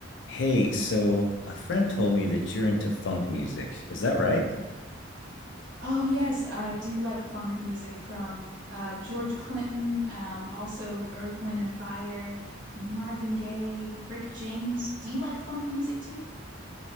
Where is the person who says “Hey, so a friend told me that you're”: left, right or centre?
Left